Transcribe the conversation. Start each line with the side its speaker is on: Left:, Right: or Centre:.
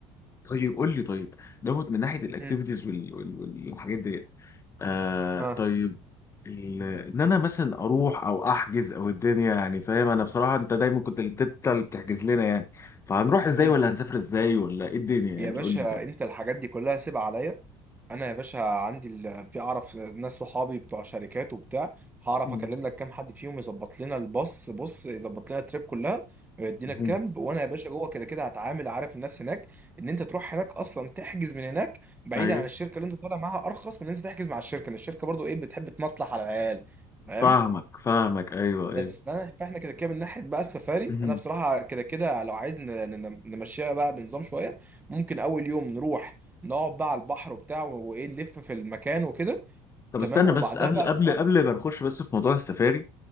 Left: طيب قول لي طيب دوت من ناحيه الاكتيفيتيز
Right: هم.
Left: وال... وال... وال- والحاجات ديت آه
Right: ها
Left: طيب ال... ان انا مثلا اروح او احجز او الدنيا يعني فاهم انا بصراحه انت دايما كنت انت أنت اللي بتحجز لنا يعني فهنروح ازاي
Right: هم.
Left: ولا هنسافر ازاي ولا ايه الدنيا
Right: يا
Left: يعني
Right: باشا
Left: قول لي كده
Right: انت الحاجات دي كلها سيب عليا انا يا باشا عندي ال... في اعرف ناس صحابي بتوع شركات وبتاع هعرف
Left: مم.
Right: اكلم لك كام حد فيهم يظبط لنا الباص بص يظبط لنا التريب كلها ويدينا
Left: مم.
Right: الكامب وانا يا باشا جوه كده كده هتعامل عارف الناس هناك ان انت تروح هناك اصلا تحجز من هناك بعيدا
Left: ايوه
Right: عن الشركه اللي انت طالع معاها ارخص من ان انت تحجز مع الشركه ان الشركه برضو ايه بتحب تمصلح على العيال فاهم
Left: فاهمك فاهمك ايوه
Right: بس فانا فاحنا كده كده من ناحيه بقى السفاري
Left: ايوه
Right: انا بصراحه كده كده لو عايز ن- ن- نمشيها بقى بنظام شويه ممكن اول يوم نروح نقعد بقى على البحر وبتاع و- وايه نلف في المكان وكده
Left: طب
Right: تمام
Left: استنى
Right: وبعدها
Left: بس قبل
Right: بقى
Left: قبل
Right: أو...
Left: قبل ما نخش بس في موضوع السفاري